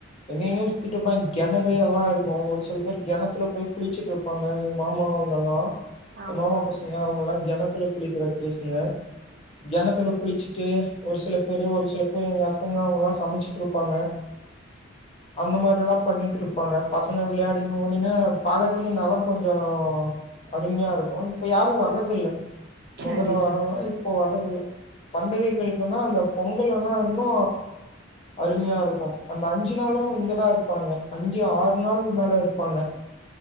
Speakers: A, on the left; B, on the right.
A: எங்க எங்கயோ சுத்திட்டுருப்பாங்க கெணறு எல்லா இருக்கு ஒரு சில பேர் கெணத்துல போய் குளிச்சட்டு இருப்பாங்க எங்க மாமா அவங்கல்லா
B: ஆமா.
A: மாமா பசுங்க அவங்கல்லா கெணத்துல குளிக்கிற கேசுங்க கெணத்துல குளிச்சுட்டு ஒரு சில பேரு ஒரு சில பேர் எங்க அத்தங்க அவங்கல்லா சமச்சிட்டுருப்பாங்க
B: <unintelligible>
A: அந்த மாதிரில்லா பண்ணிட்டு இருப்பாங்க பசங்க விளையாடின்னு ஓடினா பாக்கறத்துக்கே நல்ல கொஞ்சோ அருமையா இருக்கு இப்ப யாரு வர்றதில்ல
B: சரி.
A: மொதல்ல வரவங்களா இப்போ வர்றதில்ல. பண்டிகைகளுக்குன்னா அந்த பொங்கல்லனா இன்னு அருமையாருக்கு அந்த அஞ்சு நாளு இங்கதா இருப்பாங்க அஞ்சு ஆறு நாள் மேல இருப்பாங்க.